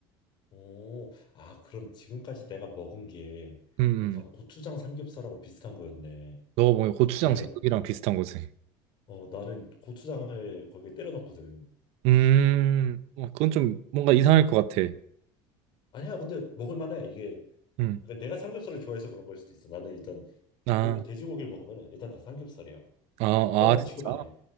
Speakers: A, on the left; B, on the right.
A: 오, 아, 그럼 지금까지 내가 먹은 게
B: 음,
A: 약간
B: 음.
A: 고추장 삼겹살하고 비슷한 거였네.
B: 넣어보면 고추장
A: 왜냐면
B: 제육이랑 비슷한 거지.
A: 어, 나는 고추장을 거기에 때려 넣거든.
B: 음, 어, 그건 좀 뭔가 이상할 것 같아.
A: 아니야, 근데 먹을 만해. 이게
B: 음,
A: 그러니까 내가 삼겹살을 좋아해서 그런 걸 수도 있어. 나는 일단
B: 아,
A: 고, 돼지고기를 먹으면 일단 다 삼겹살이야.
B: 아,
A: 다른
B: 아,
A: 건
B: 진짜?
A: 취급 안 해.